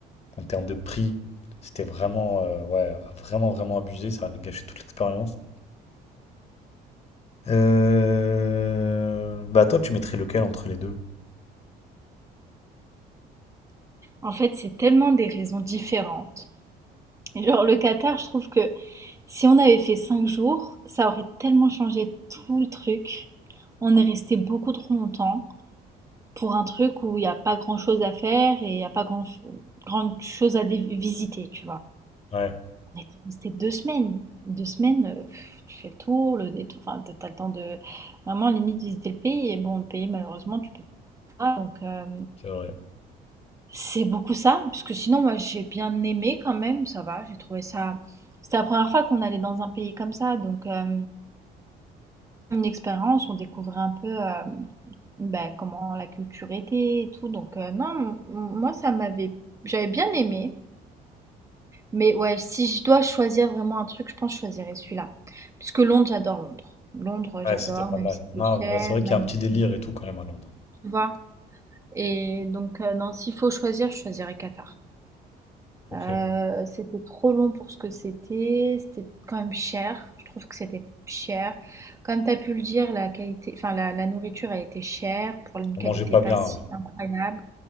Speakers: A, on the left; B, on the right.
A: en termes de prix. C'était vraiment, euh, ouais, vraiment, vraiment abusé. Ça avait gâché toute l'expérience. Euh... Bah, toi, tu mettrais lequel entre les deux?
B: En fait, c'est tellement des raisons différentes. Et genre, le Qatar, je trouve que Si on avait fait cinq jours, ça aurait tellement changé tout le truc. On est resté beaucoup trop longtemps pour un truc où il n'y a pas grand-chose à faire et il n'y a pas grand, grande chose à dé- visiter, tu vois.
A: Ouais,
B: On est resté deux semaines. Deux semaines, euh, pff, tu fais le tour, le détour, enfin, t'as t'as le temps de vraiment limite visiter le pays. Et bon, le pays, malheureusement, tu peux pas. Donc, euh,
A: c'est vrai.
B: c'est beaucoup ça. Parce que sinon, moi, j'ai bien aimé quand même, ça va. J'ai trouvé ça. C'était la première fois qu'on allait dans un pays comme ça. Donc, euh, une expérience, on découvrait un peu, hem, bah, comment la culture était et tout donc heu, non, m m moi ça m'avait j'avais bien aimé, mais ouais, si je dois choisir vraiment un truc, je pense que je choisirais celui-là. Puisque Londres, j'adore Londres. Londres,
A: Ouais,
B: j'adore
A: c'était pas
B: même
A: mal.
B: si
A: Non,
B: c'est cher,
A: mais ouais, c'est vrai qu'il
B: même
A: y a un petit
B: si
A: délire et tout quand même à Londres.
B: tu vois? Et donc heu, non, s'il faut choisir, je choisirais Qatar.
A: Ok.
B: Heu, c'était trop long pour ce que c'était, c'était quand même cher. Je trouve que c'était cher. Comme tu as pu le dire, la qualité enfin la la nourriture, elle était chère pour une
A: On
B: qualité
A: mangeait pas
B: pas
A: bien,
B: si
A: ouais.
B: incroyable.